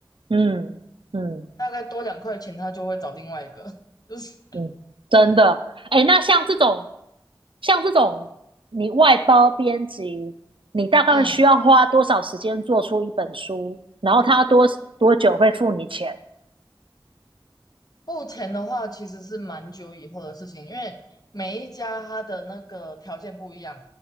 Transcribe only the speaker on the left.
大概多两块钱，他就会找另外一个，<laughs> 就是
嗯。
付钱的话，其实是蛮久以后的事情，因为每一家他的那个条件不一样，